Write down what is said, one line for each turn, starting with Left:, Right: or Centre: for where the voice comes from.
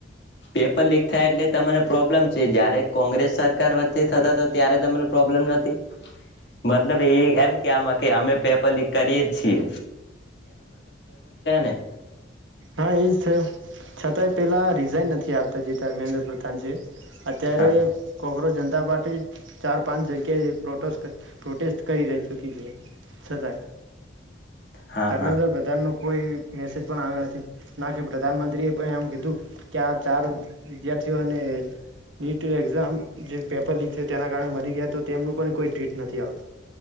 Left: પેપર લીક થાય એટલે તમને પ્રોબ્લેમ છે જયારે કોંગ્રેસ સરકાર વચ્ચે થતા ત્યારે તમને પ્રોબ્લેમ નથી મતલબ એ એમ કેવામાં કે અમે પેપર લીક કરીએ છી. ને
Right: હા એ જ થયો છતાંય પહેલાં રિઝાઇન નથી આપ તો જે ધર્મેન્દ્ર પ્રધાન છે <unintelligible> અત્યારે
Left: હા
Right: કોકરોજ જનતા પાર્ટી ચાર પાંચ જગ્યા પ્રોટેસ્ટ પ્રોટેસ્ટ કરી રહી ચુકી છે છતાં
Left: હા
Right: ધર્મેન્દ્ર
Left: હા
Right: પ્રધાનનો કોઈ મેસેજ પણ આવ્યો નથી ના કે પ્રધાનમંત્રીએ પણ એમ કીધું કે આ ચાર વિદ્યાર્થીઓને નીટ એક્ઝામ જે પેપર લીક થયુ તેના કારણે મરી ગયા તો તેમનું પણ કોઈ ટ્વીટ નથી આવ